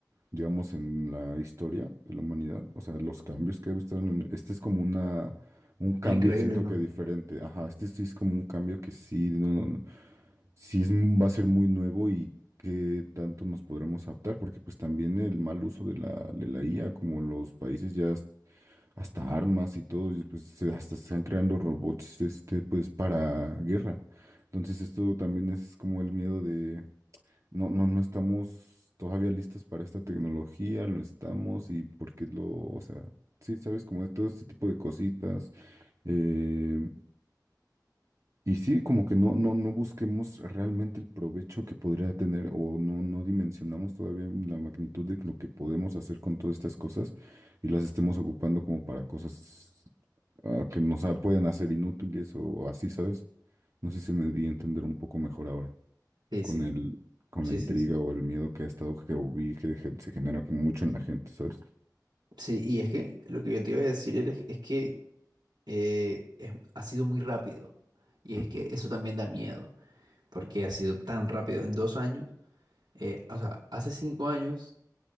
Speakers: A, on the right; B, on the right.
A: digamos, en la historia de la humanidad, o sea, los cambios que ha visto, en- este es como una, un cambio,
B: Es increíble,
A: siento
B: ¿no?
A: que diferente, ajá, este sí es como un cambio que sí, no, no, no, sí es, m- va a ser muy nuevo y qué tanto nos podremos adaptar, porque pues también el mal uso de la, de la IA, como los países ya has- hasta armas y todo, y, pues se- hasta se están creando robots, este, pues, para guerra. Entonces esto también es como el miedo no, no, no estamos todavía listos para esta tecnología, lo estamos y porque lo, o sea, sí, sabes, como de todo este tipo de cositas. eh, y sí, como que no, no, no busquemos realmente el provecho que podría tener o no, no dimensionamos todavía la magnitud de lo que podemos hacer con todas estas cosas y las estemos ocupando como para cosas ah, que nos ah, pueden hacer inútiles o así, ¿sabes? No sé si me di a entender un poco mejor ahora
B: Sí,
A: con
B: sí,
A: el, con
B: sí,
A: la intriga
B: sí, sí.
A: o el miedo que ha estado que vi que gen- se genera como mucho en la gente, ¿sabes?
B: Sí, y es que lo que yo te iba a decir es, es que eh, es- ha sido muy rápido. Y es
A: Ujú.
B: que eso también da miedo, porque ha sido tan rápido. En dos años, eh, o sea, hace cinco años